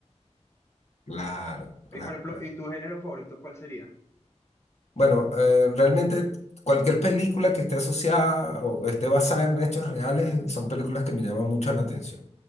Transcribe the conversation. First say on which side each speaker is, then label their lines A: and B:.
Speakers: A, on the left; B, on the left.
A: Claro,
B: Y,
A: claro,
B: y, por ejemplo,
A: claro.
B: ¿y tu género favorito cuál sería?
A: Bueno, eh, realmente cualquier película que esté asociada o esté basada en hechos reales eh, son películas que me llaman mucho la atención.